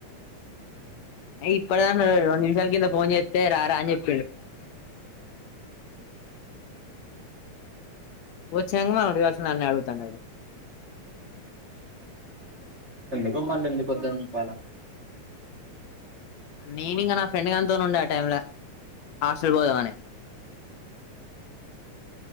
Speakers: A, on the left; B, on the right.
A: ఏహే ఇప్పటిదాకా <unintelligible> రెండు నిముషాల కింద ఫోన్ చేస్తే రా రా అని చెప్పి వచ్చినంగా మల్ల అడగాల్సిన వన్ని అడుగుతున్నాడు.
B: రమ్మంట్టుంది కొద్దని చెప్పాల
A: నేనింకా నా ఫ్రెండ్ గానితో ఉండే ఆ టైమ్ లో హాస్టల్ పోదామని